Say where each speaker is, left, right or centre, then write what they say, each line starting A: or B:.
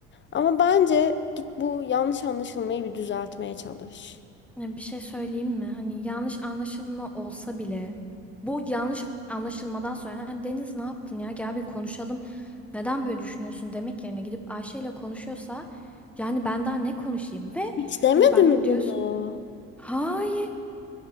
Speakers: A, on the left; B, in the centre.
A: Ama bence git bu yanlış anlaşılmayı bir düzeltmeye çalış.
B: Ya Bir şey söyleyeyim mi? Hani yanlış anlaşılma olsa bile bu yanlış anlaşılmadan sonra "Ha, Deniz ne yaptın ya gel bir konuşalım. Neden böyle düşünüyorsun demek yerine gidip Ayşe ile konuşuyorsa yani ben daha ne konuşayım ve
A: Hiç demedi
B: hani bak
A: mi
B: diyorsun
A: bunu?
B: hayır